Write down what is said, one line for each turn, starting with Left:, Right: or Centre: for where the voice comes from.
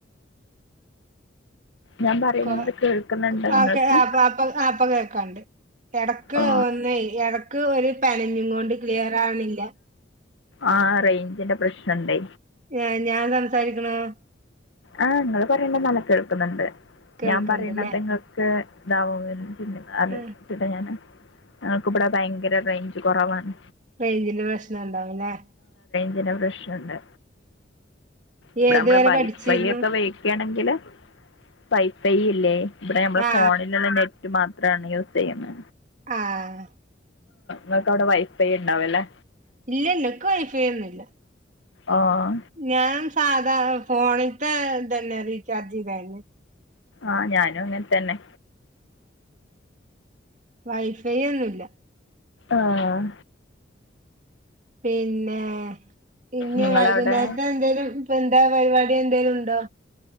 Left: ഞാൻ പറയുന്നത്
Right: പ്പപ്പ
Left: കേൾക്കുന്നുണ്ടോ നിങ്ങൾക്ക്
Right: ആപ്പ കേക്കാണ്ട്ട ക്ക
Left: ഓ
Right: വന്നേ എടക്ക് ഒര് പനഞ്ഞും കൊണ്ട് ക്ലിയർ ആവ്ണില്ല
Left: ആഹ് റേഞ്ചിന്റെ പ്രശ്നണ്ടെ
Right: ഞാ ഞാൻ സംസാരിക്ക്ണ ഓ
Left: ആഹ് ഇങ്ങള് പറയ്ണ നല്ലോം കേൾക്ക്ന്ന്ണ്ട്
Right: കേൾക്കണ്ട്ല്ലേ
Left: ഞാൻ പറയ്ണത് ഇങ്ങക്ക് ഇദാവ് അത്
Right: ആ
Left: ച്ചിട്ടാ ഞാന് ഞങ്ങൾക്ക്ബടെ ഭയങ്കര റെഞ്ച് കൊറവാണ്
Right: റെയ്ഞ്ചിന്റെ പ്രശ്നം ണ്ടാവ് ലെ
Left: റെയ്ഞ്ചിന്റെ പ്രശ്നണ്ട്
Right: ഇയ്യ്
Left: ഇബടെ
Right: ഏതുവരെ
Left: നമ്മളെ
Right: പഠിച്ചിരുന്നു
Left: <unintelligible> വെയ്ക്കയാണെങ്കില് വൈഫൈ ഇല്ലേ ഇബടെ നമ്മളെ
Right: ആ
Left: ഫോണില്ള്ള നെ മാത്രാണ് യൂസ് ചെയ്യ്ണെ
Right: ആഹ്
Left: നിങ്ങക്ക് അവ്ടെ വൈഫൈണ്ടാവ് ല്ലെ
Right: ഇല്ലല്ല ക്ക് വൈഫൈ ഒന്നുംല്ല
Left: ആഹ്
Right: ഞാൻ സാധാ ഫോണിത്തെ ഇതന്നെ റീചാർജ് ചെയ്താരുന്നെ
Left: ആഹ് ഞാനും അങ്ങൻത്തന്നെ
Right: വൈഫൈഒന്നുല്ല
Left: ആഹ്
Right: പിന്നെ ഇനി
Left: നിങ്ങളവിടെ
Right: വൈകുന്നേരത്തെ എന്തേലും പ്പ് എന്താ പരിപാടി എന്തെലും ഉണ്ടോ